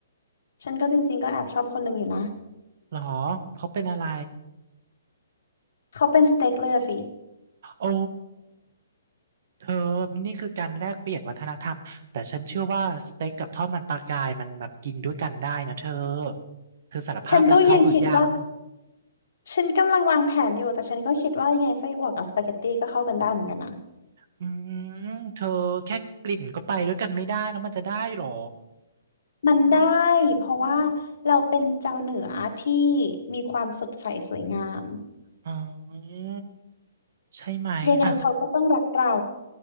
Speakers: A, on the left; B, on the right.
A: ฉันก็จริงๆก็แอบชอบคนหนึ่งอยู่นะ
B: หรอเขาเป็นอะไร
A: เขาเป็นสเต็กเลยอะสิ
B: โอ้เธอนี่คือการแลกเปลี่ยนวัฒนธรรมแต่ฉันเชื่อว่าสเต็กกับทอดมันปลากายมันแบบกินด้วยกันได้นะเธอเธอสารภาพรักเขาหรือยัง
A: ฉันก็ยังคิดว่า ฉันกำลังวางแผนอยู่ แต่ฉันก็คิดว่ายังไงไส้อั่วกับสปาเกตตี้ก็เข้ากันได้เหมือนกันนะ
B: อืมเธอแค่กลิ่นก็ไปด้วยกันไม่ได้แล้วมันจะได้หรอ
A: มันได้
B: อืม
A: เพราะว่าเราเป็นเจ้าเหนือที่มีความสดใสสวยงาม
B: อ๋อใช่ไหมอ่ะ
A: ยังไงเขาก็ต้องรักเรา